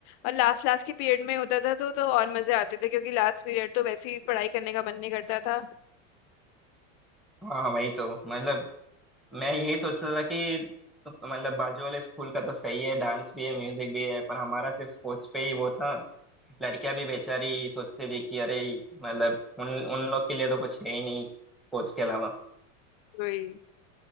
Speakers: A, on the left; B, in the centre.
A: और लास्ट लास्ट के पीरियड में होता था तो तो और मजे आते थे क्योंकि लास्ट पीरियड तो वैसे ही पढ़ाई करने का मन नहीं करता था
B: हाँ वही तो मतलब मैं यही सोच रहा था कि तो, तो मतलब बाजू वाले स्कूल का तो सही है डांस भी है म्यूजिक भी है पर हमारा सिर्फ स्पोर्ट्स पे ही वो था लड़कियां भी बेचारी सोचती थी कि अरे मतलब उन उन लोग के लिए तो कुछ है ही नहीं स्पोर्ट्स के अलावा
A: वही